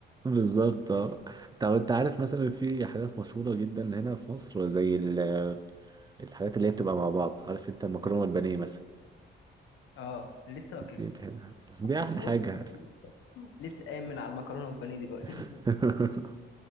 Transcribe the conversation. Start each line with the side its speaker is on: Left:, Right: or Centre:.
Right: بالظبط اه طب انت عارف مثلا في حاجات مشهورة جدا هنا في مصر زي ال- الحاجات اللي هي بتبقى مع بعض عارف انت المكرونة والبانيه مثلا
Left: اه لسه واكل
Right: دي بتحبها دي
Left: بص
Right: احلى حاجة
Left: <laughs> لسه قايم من على المكرونه والبانيه دلوقتي
Right: <laughs>